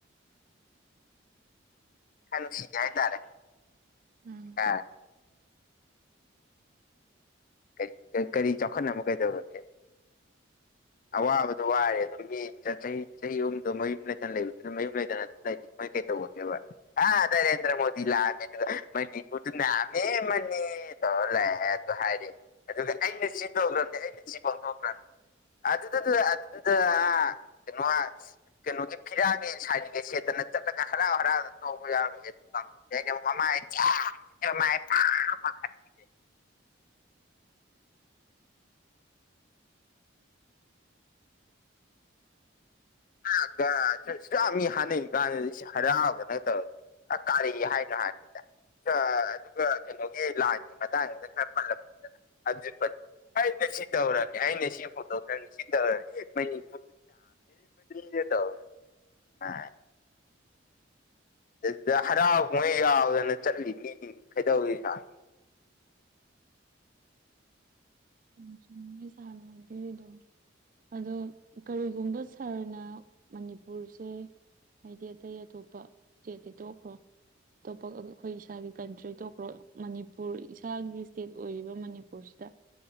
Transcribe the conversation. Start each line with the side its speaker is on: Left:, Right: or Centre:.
Left: ꯈ ꯅꯨꯡꯁꯤꯗꯤꯦ ꯍꯥꯏ ꯇꯔꯥ
Right: ꯎꯝ
Left: ꯁꯀꯔ ꯀꯔꯤ ꯀꯔꯤ ꯆꯥꯎꯈꯠꯅꯕ ꯀꯩꯗꯧꯒꯦ ꯑꯋꯥꯕꯗꯣ ꯋꯥꯔꯦ ꯑꯗꯨꯝ ꯃꯤ ꯆꯍꯤ ꯆꯍꯤ ꯑꯍꯨꯝꯗꯣ ꯃꯌꯨꯝ ꯂꯩꯇꯅ ꯂꯩꯕꯗꯨꯅ ꯃꯌꯨꯝ ꯂꯩꯗꯅ ꯑꯗꯨꯝ ꯂꯩꯔꯤ ꯃꯣꯏ ꯀꯩ ꯇꯧꯒꯦꯕ ꯑ ꯅꯔꯦꯟꯗ꯭ꯔ ꯃꯣꯗꯤ ꯂꯥꯛꯃꯦꯗꯨ ꯃꯅꯤꯄꯨꯔꯗ ꯂꯥꯀꯃꯦ ꯃꯅꯤ ꯇꯧꯂ ꯑꯗꯨ ꯍꯥꯏꯔꯦ ꯑꯗꯨꯒ ꯑꯩꯅ ꯁꯤ ꯇꯧꯈ꯭ꯔꯕꯅꯤ ꯑꯩꯅ ꯁꯤ ꯄꯥꯡꯊꯣꯛꯈ꯭ꯔꯕꯅꯤ ꯑꯗꯨꯗꯨꯗ ꯑꯗꯨꯗꯨꯗ ꯑ ꯀꯩꯅꯣ ꯀꯩꯅꯣꯒꯤ ꯐꯤꯔꯥꯒꯤ ꯁꯥꯏꯠꯀ ꯁꯦꯠꯇꯅ ꯆꯠꯂꯒ ꯍꯔꯥꯎ ꯍꯔꯥꯎꯗꯅ ꯇꯧꯕ ꯌꯥꯔꯣꯏꯒꯦ ꯑꯗꯨ ꯑꯗꯩꯗꯤ ꯃꯃ ꯥꯥꯥꯥ ꯁꯦꯠ ꯃꯥꯃꯏ ꯄꯥꯛ ꯊꯥꯅꯤꯡꯉꯤꯁꯦ <unintelligible> ꯑꯁꯨꯛ ꯌꯝ ꯃꯤ ꯍꯥꯟꯅꯩ ꯀꯥꯟꯁꯤꯗ ꯍꯔꯥꯎꯗꯅ ꯇꯧꯌꯦ ꯑ ꯀꯥꯔꯤ ꯍꯥꯏꯅꯣ ꯍꯥꯏꯕꯅꯤꯗ ꯑꯥ ꯑꯗꯨꯒ ꯀꯩꯅꯣꯒꯤ ꯂꯥꯟꯒꯤ ꯃꯇꯥꯡꯁꯤꯗ ꯈꯔ ꯄꯜꯂꯝꯃꯨꯗꯅ ꯑꯗꯨꯖꯨ ꯄꯟꯗꯦ ꯑꯩꯅ ꯁꯤ ꯇꯧꯔꯝꯅꯤ ꯑꯩꯅ ꯁꯤ ꯍꯨꯟꯇꯣꯛꯈ꯭ꯔꯕꯅꯤ ꯁꯤ ꯇꯧꯔꯅꯤ <unintelligible> <unintelligible> ꯑꯗꯨꯗ ꯍꯔꯥꯎ ꯀꯨꯝꯍꯩ ꯌꯥꯎꯗꯅ ꯆꯠꯂꯤ ꯃꯤꯖꯤꯡ ꯀꯩꯗꯧꯔꯤꯅꯣ ꯍꯥꯏ
Right: ꯌꯥꯝ ꯆꯨꯝꯃꯦ ꯁꯥꯔꯅ ꯍꯥꯏꯕꯤꯔꯤꯗꯣ ꯑꯗꯣ ꯀꯔꯤꯒꯨꯝꯕ ꯁꯥꯔꯅ ꯃꯅꯤꯄꯨꯔꯁꯦ ꯍꯥꯏꯗꯤ ꯑꯇꯩ ꯑꯇꯣꯞꯄ ꯏꯁꯇꯦꯠꯇꯤ ꯇꯣꯛꯈ꯭ꯔꯣ ꯑꯇꯣꯞꯄ ꯑꯈꯣꯏ ꯑꯩꯈꯣꯏ ꯏꯁꯥꯒꯤ ꯀꯟꯇ꯭ꯔꯤ ꯇꯣꯛꯈ꯭ꯔꯣ ꯃꯅꯤꯄꯨꯔ ꯏꯁꯥꯒꯤ ꯏꯁꯇꯦꯠ ꯑꯣꯏꯔꯤꯕ ꯃꯅꯤꯄꯨꯔꯁꯤꯗ